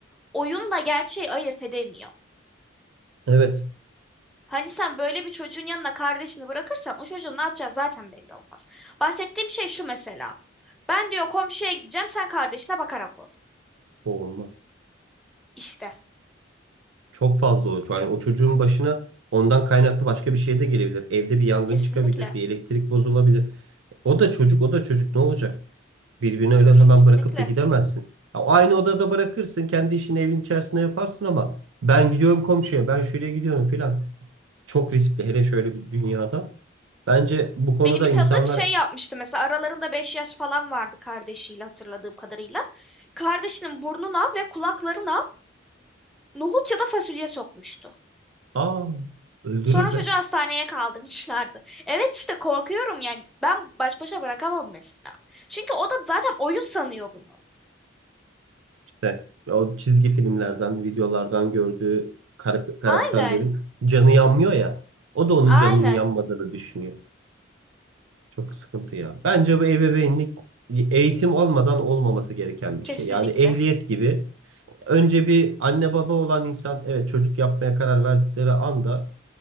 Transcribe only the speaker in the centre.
oyunla gerçeği ayırt edemiyor.
Hani sen böyle bir çocuğun yanına kardeşini bırakırsan o çocuğun ne yapacağı zaten belli olmaz. Bahsettiğim şey şu mesela. Ben diyor komşuya gideceğim sen kardeşine bakarak ol.
İşte
kesinlikle
kesinlikle.
Benim bir tanıdığım
şey yapmıştı mesela aralarında 5 yaş falan vardı kardeşiyle hatırladığım kadarıyla. Kardeşinin burnuna ve kulaklarına nohut ya da fasulye sokmuştu.
Sonra çocuğu
hastaneye kaldırmışlardı. Evet işte korkuyorum yani ben baş başa bırakamam mesela. Çünkü o da zaten oyun sanıyor bunu.
Aynen,
aynen.
Kesinlikle,